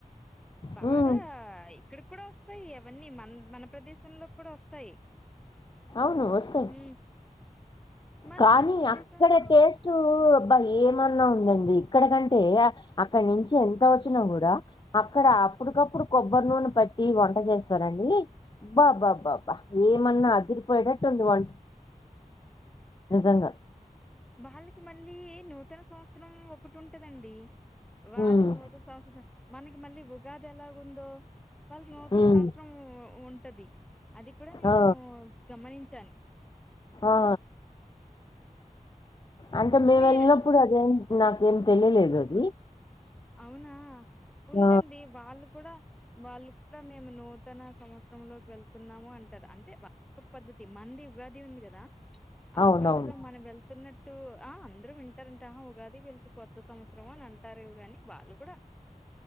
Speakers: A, in the centre; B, on the left.
A: బాగా
B: హ్మ్.
A: ఇక్కడకి కూడా వస్తాయి అవన్నీ మన మన ప్రదేశంలోకి కూడా వస్తాయి
B: అవును వస్తాయి
A: మనం మన
B: కానీ
A: మన ప్రదేశంలో
B: అక్కడ టేస్ట్ అబ్బా ఏమన్నా ఉందండి ఇక్కడకంటే అక్కడ నుంచి ఎంత వచ్చినా కూడా అక్కడ అప్పుటికప్పుడు కొబ్బరి నూనె పట్టి వంట చేస్తారండి బా బా బా బా ఏమన్నా అదిరిపోయిటట్టు ఉంది వంట నిజంగా.
A: వాళ్ళకి మళ్ళీ నూతన సంవత్సరం ఒకటి ఉంటదండి వాళ్ళకి
B: హ్మ్.
A: నూతన సంవత్సరం మనకి మళ్ళీ ఉగాది ఎలా ఉందో వాళ్ళకి నూతన
B: హ్మ్.
A: సంవత్సరం ఉంటది అది కూడా నేను
B: ఆ!
A: గమనించ చాను
B: ఆ అంటే మేము
A: మీరు
B: వెళ్ళినప్పుడు అదేం నాకేం తెలియలేదు అది
A: అవునా ఉందండి
B: ఆ!
A: వాళ్ళు కూడా వాళ్ళు కూడా మేము నూతన సంవత్సరం లోకి వెళ్తున్నాము అంటారు అంటే వాళ్లది ఒక పద్ధతి మనది ఉగాది ఉంది కదా ఆ
B: అవునవును.
A: ఉగాదిలో మనం వెళ్తున్న ఆ అందరూ వింటారంట ఆ ఉగాది వీళ్ళకి కొత్త సంవత్సరం అని అ అంటారు కానీ వాళ్ళు కూడా